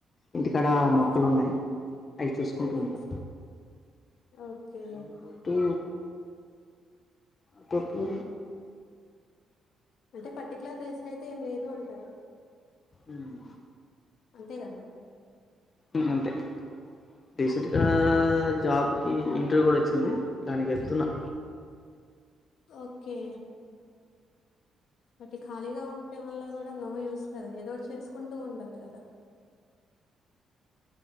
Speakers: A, on the left; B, on the left.
A: ఇంటికాడ
B: హ్మ్.
A: మొక్కలు ఉన్నాయి అవి చూసుకుంటూ
B: హ్మ్.
A: ఉంటా
B: ఓకే
A: దాంతోపాటు అటిప్పు
B: అంటే పర్టిక్యులర్ గా రీజన్ అయితే ఏం లేదు అంటారు
A: ఉమ్
B: అంతే కదా
A: ఉమ్ అంతే రీసెట్గా జాబ్ ఈ ఇంటర్వ్యూ కూడా వచ్చింది దానికి వెళ్తున్నా
B: ఓకే బట్ ఖాళీగా ఉంటే వల్ల కూడా నో యూస్ కదా ఏదోటి చేసుకుంటూ ఉండాలి కదా